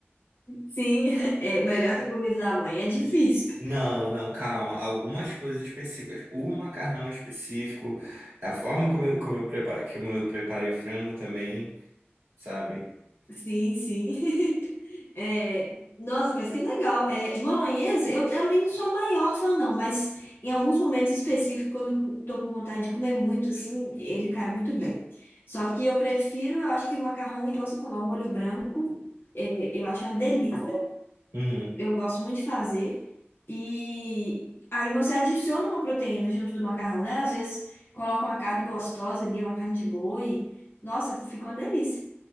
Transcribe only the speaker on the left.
Sim, <laughs> é melhor que comida da mãe, é difícil.
Sim, sim. <laughs> É, nossa, mas que legal. É, bolonhesa, eu também não sou a maior fã, não, mas em alguns momentos específicos, quando eu tô com vontade de comer muito, assim, ele cai muito bem. Só que eu prefiro, eu acho que macarrão, igual você falou, ao molho branco, é, eu acho uma delícia.
Eu gosto muito de fazer. E aí você adiciona uma proteína junto do macarrão, né? Às vezes coloca uma carne gostosa ali, uma carne de boi. Nossa, fica uma delícia.